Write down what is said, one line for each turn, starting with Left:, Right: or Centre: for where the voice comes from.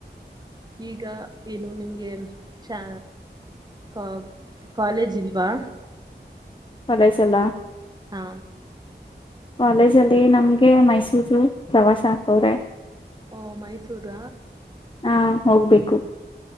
Right: ಈಗ ಏನು ನಿಮ್ಗೆ ಶಾ ಕಾ ಕಾಲೇಜ್ ಇಲ್ವಾ.
Left: ಕಾಲೇಜೆಲ್ಲಾ
Right: ಹಾ
Left: ಕಾಲೇಜ ಅಲ್ಲಿ ನಮಗೆ ಮೈಸೂರು ಪ್ರವಾಸ ಹಾಕವ್ರೆ.
Right: ಓ ಮೈಸೂ ಉರ್
Left: ಹಾಂ ಹೋಗ್ಬೇಕು.